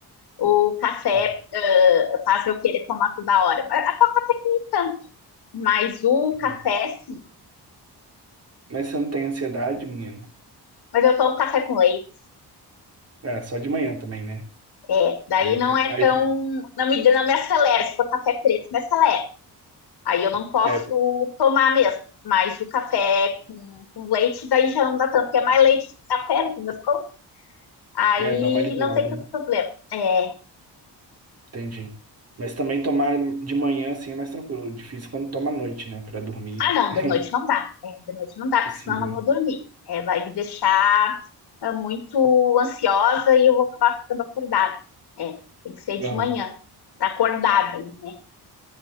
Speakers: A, on the left; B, on the right.
A: O café
B: É.
A: uh, faz eu querer tomar toda hora. a coca até que nem tanto. Mas o café,
B: Bom,
A: sim,
B: Mas você não tem ansiedade, menino?
A: mas eu tomo café com leite.
B: É, só de manhã também, né?
A: É, daí
B: Aí
A: não
B: tem,
A: é
B: aí
A: tão.
B: tem,
A: Não me, não me acelera. Se for café preto, me acelera. Aí eu não posso
B: é,
A: tomar mesmo. Mas o café com, com leite, daí já não dá tanto, porque é mais leite que café, no fim das contas. Aí
B: é, dá uma aliviada,
A: não tem tanto
B: né?
A: problema. É,
B: Entendi. Mas também tomar de manhã, assim, é mais tranquilo. Difícil quando toma à noite, né? Pra dormir.
A: ah, não,
B: <laughs>
A: de noite não dá. É, de noite não dá, porque
B: É impossível.
A: senão eu não vou dormir. É, vai me deixar é, muito ansiosa e eu vou acabar ficando acordada. É, tem que ser
B: Não,
A: de manhã, tá acordada, né?